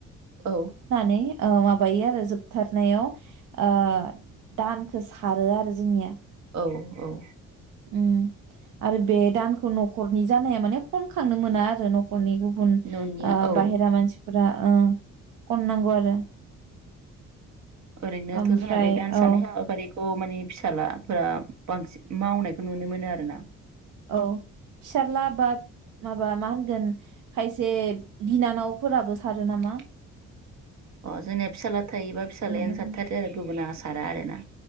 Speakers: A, on the right; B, on the right.
A: औ
B: यै ओ माबायो आरो जोबथारनायाव ओ दानखो सारो आरो जोंनिया।
A: औ औ
B: उम आरो बे दानखौ नखरनि जानाया माने खनखांनो मोना आरो नखरनि बुन
A: न'निया
B: ओ
A: औ
B: बाहेरा मानसि फोरा ओ खननांगौ आरो।
A: ओरैनोथ
B: ओमफ्राय
A: जोंना बे दान्स
B: औ
A: सारनाय हाबाफारिखौ खौ माने फिसालाफोरा बांसिन मावनायखौ नुनो मोन नो मोनो आरो ना।
B: औ फिसारला बाद माबा मा होनगोन खायसे बिनानाव फोराबो सारो नामा?
A: अ जोंनिया फिसाला थायोबा फिसालायानो
B: बिनानाव
A: सारथारो आरो गुबुना आस सारा आरो ना।